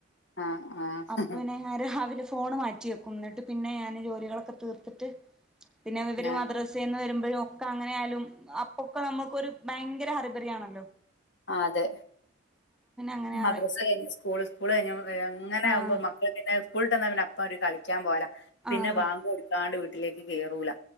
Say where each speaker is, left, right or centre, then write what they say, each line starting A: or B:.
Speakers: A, on the left (about 60°); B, in the centre.
A: ആഹ് ആഹ്
B: അപ്പന്നെ രാവിലെ ഫോണ് മാറ്റി വെക്കും എന്നിട്ട് പിന്നെ ഞാന് ജോലികളൊക്കെ തീർത്തിട്ട് പിന്നെ ഇവര്
A: ഞാ
B: മദ്രസന്ന് വരുമ്പോഴും അങ്ങനെയാലും അപ്പൊ ഇപ്പൊ നമുക്കൊരു ഭയങ്കര ഹറിബറിയ ആണല്ലോ
A: ആ അതെ
B: അങ്ങനെ
A: മദ്രസ്
B: ആവെ
A: കഴിഞ്ഞു സ്കൂള് സ്കൂള് കഴിഞ്ഞു എങ്ങനെ
B: ആഹ്
A: ആകുമ്പോ മക്കൾ പിന്നെ സ്കൂൾ വിട്ട് വാന്നാ പിന്ന അപ്പൊ ഒരു കളിക്കാൻ പോല പിന്നെ
B: ആഹ്
A: ബാങ്കോട്ത്താണ്ട് വീട്ടിലേക്ക് കേറൂല